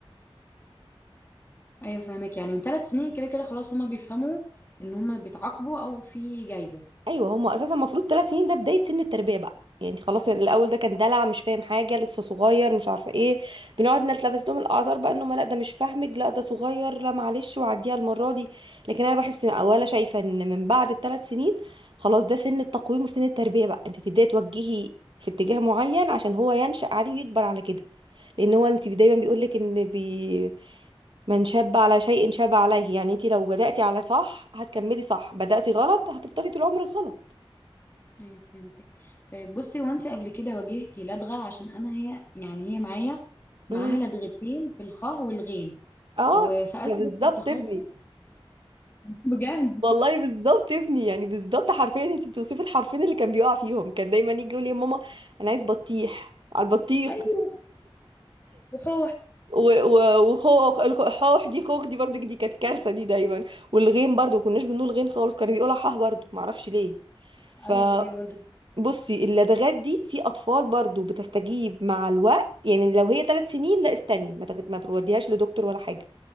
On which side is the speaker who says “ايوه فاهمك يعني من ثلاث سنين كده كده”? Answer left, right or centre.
Left